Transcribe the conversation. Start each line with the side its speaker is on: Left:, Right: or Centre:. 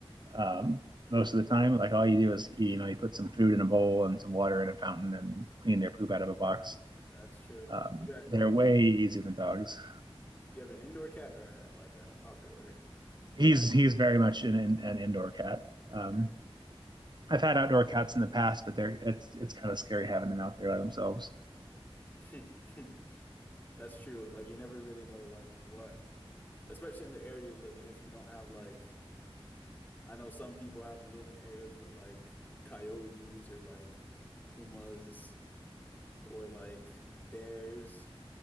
Right: Um, most of the time, like all you do is you know you put some food in a bowl and some water in a fountain and clean their poop out of a box.
Left: That's true.
Right: Um,
Left: You got
Right: they're
Left: uh
Right: way easier than dogs.
Left: you have an indoor cat or like a outdoor
Right: He's
Left: cat?
Right: he's very much an, an indoor cat. Um,
Left: Okay.
Right: I've had outdoor cats in the past, but they're it's it's kind of scary having them out there by themselves.
Left: <laughs> That's true. Like you never really know like what, especially in the area you live in, if you don't have like I know some people have live in areas with like coyotes or like pumas. or like bears.